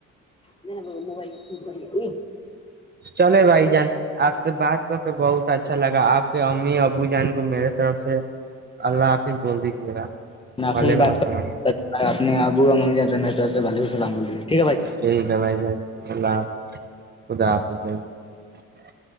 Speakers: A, on the left; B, on the right.
A: میں نے ب موبائل میں فون کر ا
B: چلے بھائی جان آپ سے بات کر کے بہت اچھا لگا آپ کے م ابو جان کو میرے طرف سے اللہ حافظ بول دیجے گا
A: آپ
B: وعلیکم
A: سے بھی بات
B: السلام
A: کر اپنے ابو اور امی جان سے میں طرف سے وعلیکم السلام بول دیجیے ٹھیک ہے بھائی
B: ٹھیک ہے بھائی جان اللہ حافظ خدا ج <inaudible>